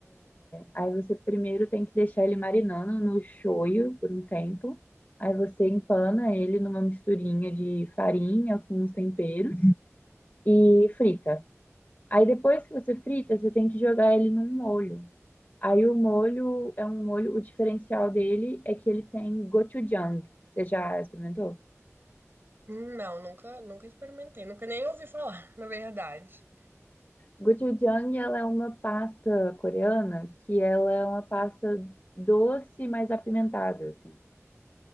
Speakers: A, on the left (about 35°); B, on the right (about 45°).
A: Aí você primeiro tem que deixar ele marinando no shoyu por um tempo. Aí você empana ele numa misturinha de farinha com uns temperos e frita. Aí depois que você frita, você tem que jogar ele num molho. Aí o molho é um molho, o diferencial dele é que ele tem gochujang. Você já experimentou?
B: Hum, não, nunca, nunca experimentei. Nunca nem ouvi falar, <laughs> na verdade.
A: Gochujang, ela é uma pasta coreana que ela é uma pasta doce, mas apimentada, assim.